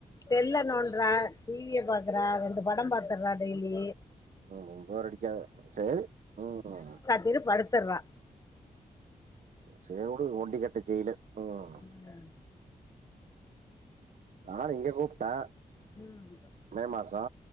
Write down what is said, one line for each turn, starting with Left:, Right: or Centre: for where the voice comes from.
Left: செல்ல நோன்றா டிவிய பாக்கறா ரெண்டு படோ பாத்தர்றா டெய்லி
Right: ம் போர்டிக்காது சேரி ம்
Left: திரு படுத்தர்றா
Right: சேரி உடு ஒண்டி கட்ட ஜெயிலு ம்
Left: ம்
Right: நானு இங்க கூப்டே
Left: ம் ம்
Right: மே மாசோ